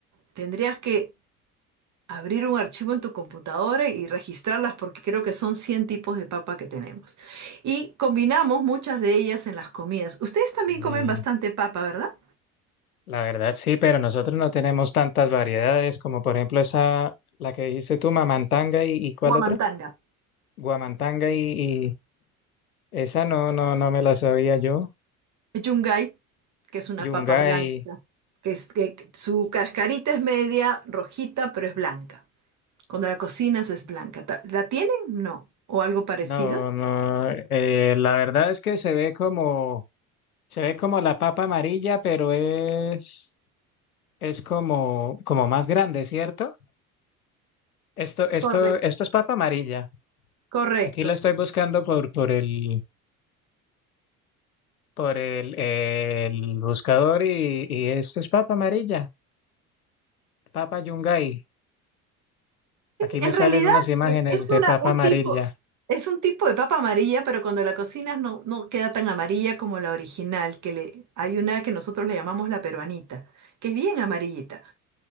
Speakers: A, on the right; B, on the left.
A: Tendrías que abrir un archivo en tu computadora y registrarlas porque creo que son 100 tipos de papa que tenemos. Y combinamos muchas de ellas en las comidas. Ustedes también
B: Y
A: comen bastante papa, ¿verdad?
B: la verdad sí, pero nosotros no tenemos tantas variedades como por ejemplo esa, la que dijiste tú, mamantanga y, y ¿cuál
A: Huamantanga,
B: otra? Guamantanga y, y esa no, no, no me la sabía yo.
A: yungay, que es una
B: Yungay,
A: papa blanca, que, es, que que su cascarita es media rojita, pero es blanca. Cuando la cocinas es blanca. Ta- ¿La tienen? No. ¿O algo parecido?
B: no, no, eh, la verdad es que se ve como... Se ve como la papa amarilla, pero es, es como, como más grande, ¿cierto? Esto, esto,
A: Correcto.
B: esto es papa amarilla.
A: Correcto.
B: Aquí lo estoy buscando por, por el, por el, el buscador y, y esto es papa amarilla, papa yungay. Aquí
A: En
B: me salen
A: realidad
B: unas imágenes
A: e- es
B: de
A: una,
B: papa
A: un
B: amarilla,
A: tipo, es un tipo de papa amarilla, pero cuando la cocinas no, no queda tan amarilla como la original, que le, hay una que nosotros le llamamos la peruanita, que es bien amarillita.